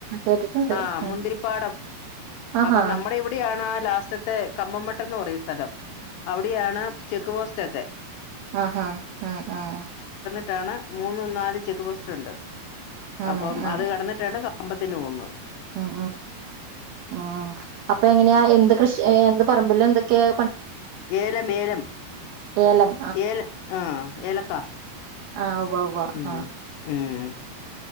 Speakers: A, on the right (about 75°); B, on the left (about 75°).
A: കേട്ടിട്ടുണ്ട്
B: ആഹ്
A: ആ
B: മുന്തിരിപ്പാടം
A: ആഹാ
B: അപ്പൊ നമ്മുടെ ഇവിടെയാണ് ആഹ് ലാസ്റ്റത്തെ കമ്പം മട്ട- ന്ന് പറയുവിസ്ഥലം അവിടെയാണ് ചെക്ക് പോസ്- റ്റൊക്കെ
A: ആഹ് ആഹ് ആഹ് ആഹ്
B: റ്റാണ് മൂന്ന് നാല് ചെക്ക് പോസ്റ്റൊണ്ട്
A: ആണ്
B: അപ്പം
A: ആ
B: അത് കടന്നിട്ടാണ് ക കമ്പത്തിന് പോന്നത്
A: ഉം ഉം ഉം അപ്പ എങ്ങനെയാ എന്ത് കൃഷിയാ എന്ത് പറമ്പില് തെക്കെയാ
B: ഏലം ഏലം
A: ഏലം
B: ഏല് ആഹ് ഏലക്ക
A: ആവു ഉവ്വ ഉവ്വ
B: ഉം
A: ആഹ്
B: ഉം